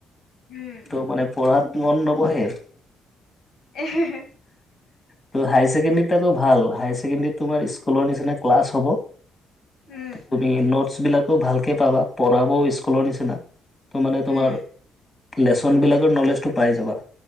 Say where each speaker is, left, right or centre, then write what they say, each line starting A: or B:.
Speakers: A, on the left; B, on the left.
A: উম,
B: ত মানে পঢ়াত মন নবহে
A: এহেহে
B: ত' হাই ছেকেণ্ডৰী আকৌ ভাল হাই ছেকেণ্ডৰী তোমাৰ স্কুলৰ নিচিনা ক্লাছ হ'ব
A: উম,
B: তুমি নোটছ বিলাকো ভালকে পাবা পঢ়াব স্কুলৰ নিচিনা ত মানে তোমাৰ
A: উম।
B: লেচন বিলাকৰ নলেজটো পাই যাবা